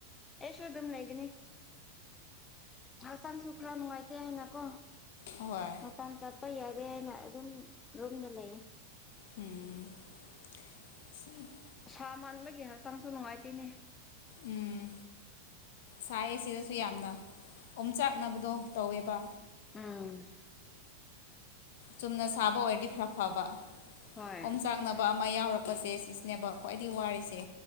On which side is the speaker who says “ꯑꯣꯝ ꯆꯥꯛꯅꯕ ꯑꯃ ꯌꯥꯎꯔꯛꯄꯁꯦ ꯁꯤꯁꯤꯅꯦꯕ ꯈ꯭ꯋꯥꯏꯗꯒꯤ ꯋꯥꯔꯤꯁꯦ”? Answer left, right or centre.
Left